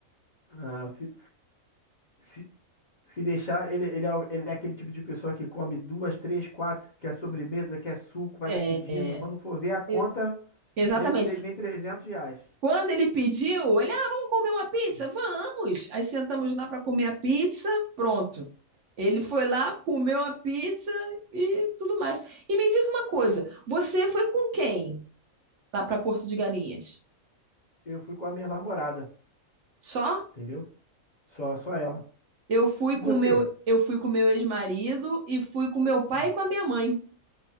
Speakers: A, on the left (about 45°); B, on the right (about 65°).
A: Ah, se, se, se deixar, ele, ele, é, o- ele é aquele tipo de pessoa que come duas, três, quatro, quer sobremesa, quer suco, vai
B: É,
A: pedindo. Quando for ver a conta,
B: é, exatamente,
A: vem, vem, vem 300 reais.
B: Quando ele pediu, ele, ah, vamos comer uma pizza?
A: Hum.
B: Vamos! Aí sentamos lá para comer a pizza, pronto. Ele foi lá, comeu a pizza e tudo mais. E me diz uma coisa, você foi com quem lá para Porto de Galinhas?
A: Eu fui com a minha namorada,
B: Só?
A: entendeu? Só, só ela.
B: Eu fui
A: E
B: com
A: você?
B: o meu, eu fui com o meu ex-marido e fui com meu pai
A: Sim.
B: e com a minha mãe.